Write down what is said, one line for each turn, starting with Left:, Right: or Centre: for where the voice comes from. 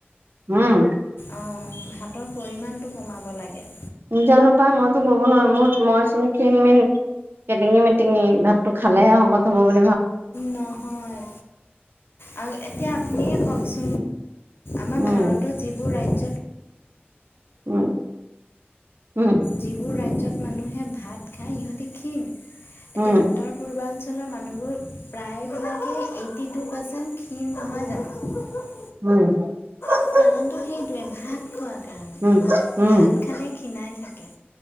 Right: উম',
Left: অ' ভাতৰ পৰিমাণটো কমাব লাগে।
Right: জানো পাই মইতো ক'ব নোৱাৰ। মোৰ মই চোন খিন -মিন কেটিঙি মেটিঙি ভাতটো খালেহে শকত হ'ব পাৰি
Left: নহয় আৰু এতিয়া আপুনিয়ে কওঁকচোন? আমাৰ
Right: উম
Left: ভাৰতৰ যিবোৰ ৰাজ্য
Right: উম' উম',
Left: যিবোৰ ৰাজ্যত মানুহে ভাত খাই ইহঁতি ক্ষীণ, নে
Right: উম
Left: উত্তৰ পূৰ্বাঞ্চলৰ মানুহবোৰ প্ৰায়বিলাকে এইটি টু পাৰ্চেন্ট ক্ষীণ নহয় জানো?
Right: উম <inaudible>
Left: কাৰণতটো সেইটোৱে ভাত খোৱাৰ কাৰণে
Right: উম উম
Left: ভাত খালে ক্ষীণাই থাকে।